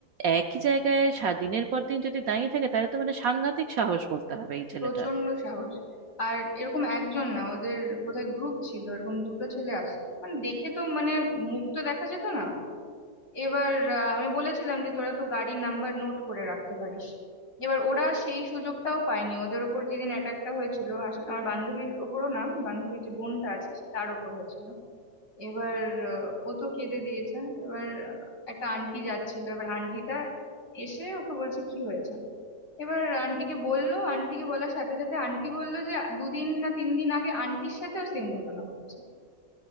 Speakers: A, on the right (about 65°); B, on the left (about 50°).
A: একই জায়গায় সারা দিনের পর দিন যদি দাঁড়িয়ে থাকে তাহলে তো মানে সাংঘাতিক সাহস বলতে হবে এই ছেলেটার
B: প্রচন্ড সাহস আর এরকম একজন না ওদের বোধহয় গ্রুপ ছিল এরকম দুটো ছেলে আসতো মানে দেখে তো মানে মুখ তো দেখা যেত না এবার আহ, আমি বলেছিলাম যে তোরা তো গাড়ির নাম্বার নোট করে রাখতে পারিস এবার ওরা সেই সুযোগটাও পায়নি ওদের ওপর যেদিন অ্যাটাকটা হয়েছিল আসলে আমার বান্ধবীর ওপরও না বান্ধবীর যে বোনটা আছে তার ওপর হয়েছিল এবার আহ, ও তো কেঁদে দিয়েছে এবার একটা আন্টি যাচ্ছিল এবার আন্টিটা এসে ওকে বলছে কি হয়েছে এবার আন্টিকে বললো আন্টিকে বলার সাথে সাথে আন্টি বললো যে দুদিন না তিন দিন আগে আন্টির সাথেও সেম ঘটনা হচ্ছে